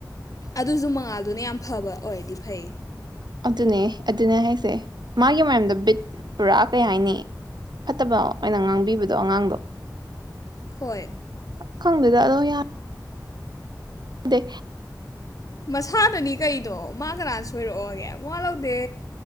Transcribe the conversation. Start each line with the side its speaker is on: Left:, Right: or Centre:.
Left: ꯑꯗꯨꯁꯨ ꯃꯉꯥꯜꯗꯨꯅ ꯌꯥꯝ ꯐꯕ ꯑꯣꯏꯔꯗꯤ ꯐꯩ
Right: ꯑꯗꯨꯅꯦ ꯑꯗꯨꯅꯦ ꯍꯥꯏꯁꯦ ꯃꯥꯒꯤ ꯃꯔꯌꯝꯗ ꯕꯤꯠ ꯄꯨꯔꯥ ꯀꯩ ꯍꯥꯏꯅꯤ ꯐꯠꯇꯕ ꯑꯣꯏꯅ ꯉꯥꯡꯕꯤꯕꯗꯣ ꯑꯉꯥꯡꯗꯣ
Left: ꯍꯣꯏ
Right: ꯈꯪꯗꯗ ꯑꯗꯣ ꯌꯥꯔ ꯑꯗꯦ
Left: ꯃꯁꯥꯗꯅꯤ ꯀꯗꯣ ꯃꯥ ꯀꯅꯥꯅ ꯁꯣꯏꯔꯛꯑꯣꯒꯦ ꯃꯥ ꯂꯧꯗꯦ